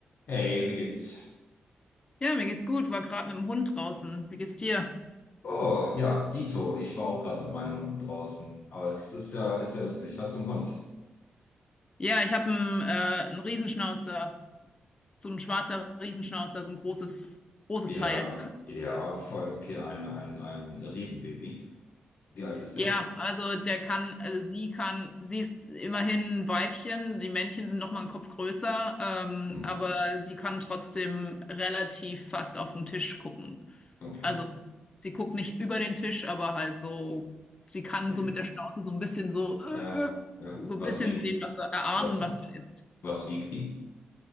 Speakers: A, on the left; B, on the left.
A: Hey, wie geht's?
B: Ja, mir geht's gut. War gerade mit dem Hund draußen. Wie geht's dir?
A: Oh, ja, Dito, ich war auch gerade mit meinen Hunden draußen. Aber es ist ja, ist ja lustig. Hast du einen Hund?
B: Ja, ich habe einen, äh, einen Riesenschnauzer. So ein schwarzer Riesenschnauzer, so ein großes, großes
A: Ja,
B: Teil.
A: ja, voll okay. Ein, ein, ein Riesenbaby. Wie alt ist
B: Ja,
A: der?
B: also der kann, also sie kann, sie ist immerhin ein Weibchen. Die Männchen sind noch mal einen Kopf größer, ähm,
A: Hm,
B: aber sie kann trotzdem relativ fast auf den Tisch gucken.
A: okay.
B: Also sie guckt nicht über den Tisch, aber halt so, sie kann
A: Ja,
B: so mit der Schnauze so ein bisschen so, äh,
A: ja.
B: äh,
A: ja.
B: so
A: Was
B: ein bisschen
A: wiegt,
B: sehen, was da, erahnen,
A: was,
B: was da ist.
A: was wiegt die?